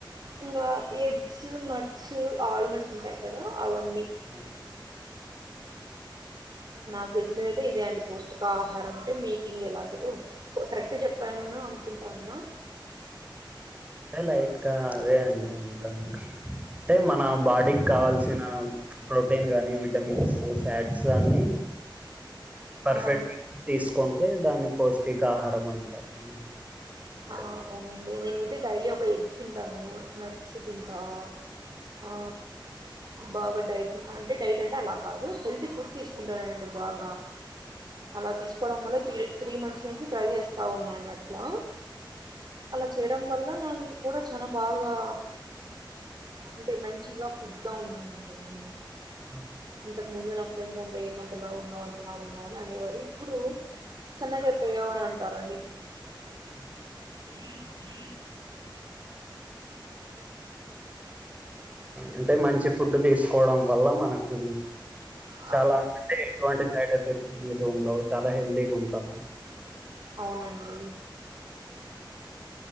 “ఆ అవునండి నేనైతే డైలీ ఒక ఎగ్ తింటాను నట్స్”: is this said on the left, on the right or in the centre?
Right